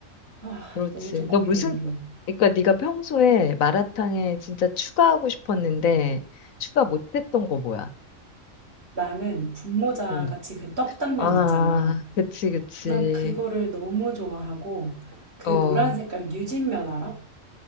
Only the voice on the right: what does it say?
아,
너무 좀 고민되겠네.
나는 분모자
같이 그 떡당면
있잖아.
난 그거를 너무 좋아하고 그
노란 색깔 뉴진면 알아?